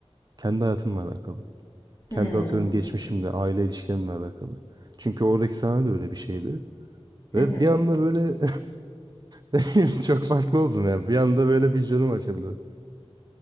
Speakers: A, on the right; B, on the left.
A: Kendi hayatımla alakalı.
B: Hımm.
A: Kendi atıyorum geçmişimle, aile ilişkilerimle alakalı. Çünkü oradaki sahne de öyle bir şeydi.
B: Hı
A: Ve
B: hı.
A: bir anda böyle <laughs> ne bileyim, çok farklı oldum ya. Bir anda böyle bir canım açıldı.